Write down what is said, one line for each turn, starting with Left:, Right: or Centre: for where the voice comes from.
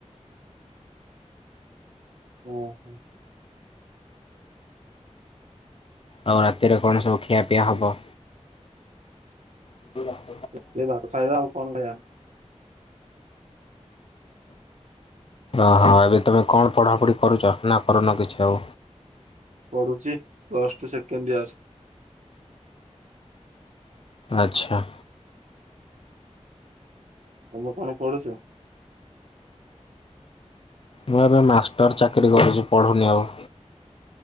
Right: ଉଁ ହୁଁ।
Left: ଆଉ ରାତିରେ କଣ ସବୁ ଖିଆପିଆ ହବ? <unintelligible>
Right: <unintelligible> ଭାତ ଖାଇବା ଆଉ କଣ ଖାଇବା।
Left: ଓହଁ ଏବେ ତୁମେ କଣ ପଢ଼ାପଢ଼ି କରୁଛ ନା କରୁନ କିଛି ଆଉ?
Right: ପଢୁଛି ପ୍ଲଷ୍ଟୁ ସେକେନ୍ଡିଅର୍।
Left: ଆଚ୍ଛା।
Right: ତମେ କଣ ପଡୁଛ?
Left: ମୁଁ ଏବେ ମାଷ୍ଟର ଚାକିରି କରୁଛି ପଢୁନି ଆଉ।